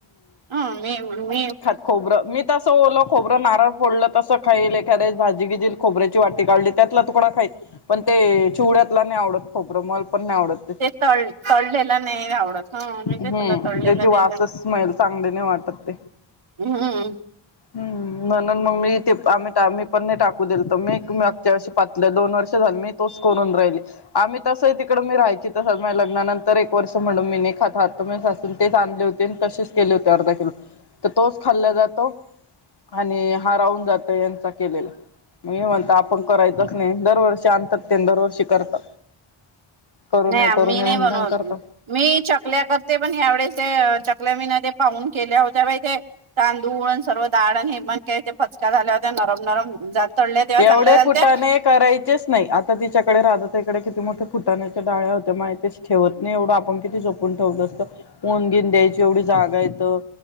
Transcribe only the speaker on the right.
हम मी मी.
ते तल तळलेल नाही आवडत. ह मी
ते तुला तळलेलं
नाही
हम्म
नाही
आम्ही
नाही
बनवत.
मी चकल्या करते पण यावळेस ते अ चकल्या मी ना ते पाहून केल्या होत्या बाई ते. तांदूळ अन सर्व दाळ अन हे पण काय ते पचका झाल्या होत्या नरम नरम जात तडले तेव्हा
चांगल्या झालत्या.